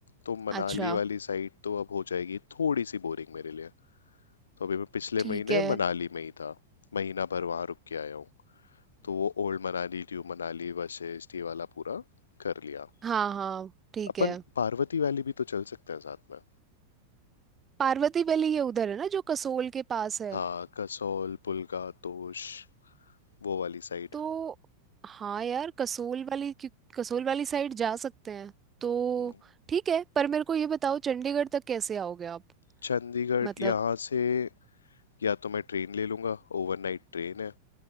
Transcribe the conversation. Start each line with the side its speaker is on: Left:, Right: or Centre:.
Left: तो मनाली
Right: अच्छा
Left: वाली साइड तो अब हो जाएगी थोड़ी सी बोरिंग मेरे लिए तो अभी मैं पिछले
Right: ठीक
Left: महीने
Right: है
Left: मनाली में ही था महीना भर वहां रुक के आया हूँ तो वो ओल्ड मनाली न्यू मनाली वशिष्ठ ये वाला पूरा कर लिया
Right: हाँ हाँ ठीक
Left: अपन
Right: है
Left: पार्वती वैली भी तो चल सकते हैं साथ में
Right: पार्वती वैली ये उधर है ना जो कसोल के पास है
Left: हाँ कसौल पुलका तोश वो वाली साइड
Right: तो हाँ यार कसोल वाली क्यों- कसोल वाली साइड जा सकते हैं तो
Left: हम्म,
Right: ठीक है पर मेरे को ये बताओ चंडीगढ़ तक कैसे आओगे आप
Left: चंडीगढ़
Right: मतलब
Left: यहाँ से या तो मैं ट्रेन ले लूंगा ओवरनाइट ट्रेन है